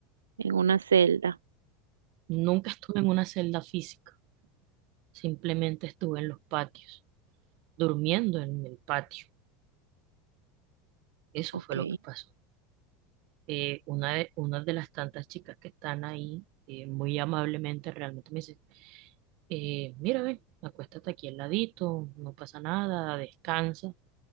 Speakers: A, on the right; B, on the right.
A: en una celda.
B: Nunca estuve en una celda física Simplemente estuve en los patios, durmiendo en el patio. Eso
A: Ok.
B: fue lo que pasó. Eh, una de, una de las tantas chicas que están ahí, eh, muy amablemente realmente me dice, eh, mira, ven, acuéstate aquí al ladito, no pasa nada, descansa.